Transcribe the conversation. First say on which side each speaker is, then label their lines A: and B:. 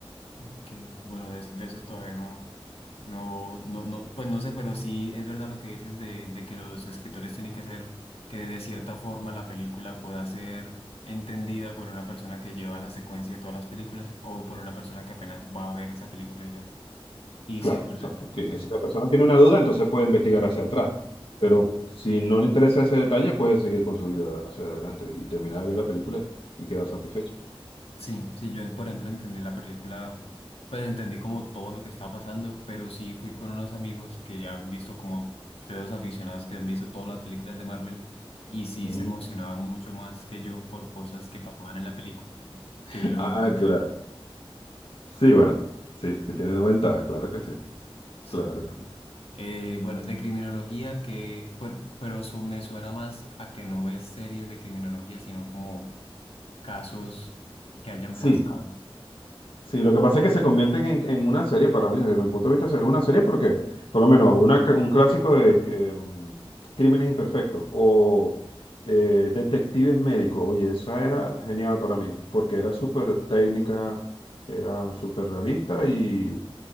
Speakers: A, on the left; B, on the left.
A: Ok, bueno, de, de eso todavía no, no, no, no, pues no sé, pero sí es verdad lo que dices de, de que los escritores tienen que hacer que de cierta forma la película pueda ser entendida por una persona que lleva la secuencia de todas las películas o por una persona que apenas va a ver esa película y ya. Y
B: Claro,
A: sí es verdad.
B: exacto. Que si la persona tiene una duda, entonces puede investigar hacia atrás. Pero si no le interesa ese detalle, puede seguir con su vida hacia adelante y terminar de ver la película y quedar satisfecho.
A: Sí, sí, yo por ejemplo entendí la película, pues entendí como todo lo que estaba pasando, pero sí fui con unos amigos que ya han visto como de dos aficionados que han visto todas las películas de Marvel y sí
B: Ujú.
A: se emocionaba mucho más que yo por cosas que pasaban en la película
B: <laughs>
A: que yo no
B: Ah,
A: entendía.
B: claro. Sí, bueno, sí, sí tiene una ventaja, claro que sí.
A: Sí.
B: Claro. claro.
A: Eh, bueno, de criminología que, per- pero, su- me suena más a que no ves series de criminología, sino como casos que hayan pasado
B: Sí. Sí, Sí, lo que pasa es que se convierten en, en una serie para mí, desde mi punto de vista, es una serie porque, por lo menos, una, cl- un clásico de que, mm, Crímenes Imperfectos o eh, Detectives Médicos. Oye, esa era genial para mí porque era súper técnica, era súper realista y